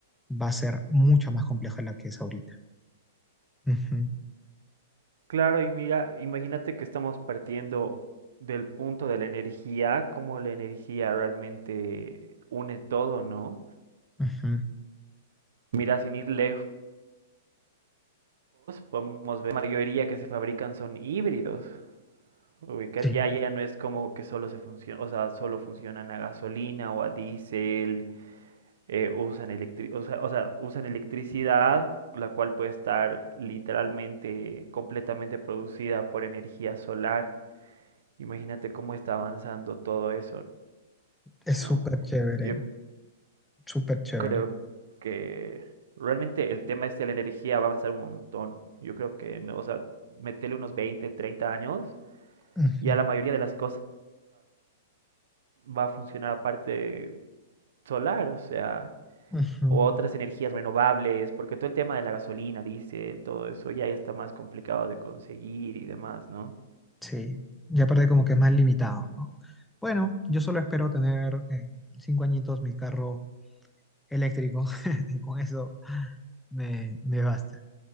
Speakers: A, in the centre; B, on the right (about 60°).
A: va a ser mucho más compleja de la que es ahorita. Ujú,
B: Claro, y mira, imagínate que estamos partiendo del punto de la energía, como la energía realmente une todo, ¿no?
A: ujú.
B: Mira, sin ir lejos, podemos ver la mayoría que se fabrican son híbridos. Ubicas,
A: Sí,
B: ya, ya no es como que solo se funciona, o sea, solo funcionan a gasolina o a diésel, eh, usan electri- o sea, o sea, usan electricidad, la cual puede estar literalmente completamente producida por energía solar. Imagínate cómo está avanzando todo eso,
A: es
B: ¿no?
A: súper chévere,
B: Yo
A: súper chévere.
B: creo que realmente el tema este de la energía va a avanzar un montón. Yo creo que, no, o sea, meterle unos veinte, treinta años
A: Ujú,
B: y a la mayoría de las cosas va a funcionar aparte solar, o sea,
A: ujú.
B: o otras energías renovables, porque todo el tema de la gasolina, diésel, todo eso ya, ya está más complicado de conseguir y demás, ¿no?
A: Sí, ya aparte como que es más limitado, ¿no? Bueno, yo solo espero tener en cinco añitos mi carro eléctrico <laughs> y con eso Me, me basta.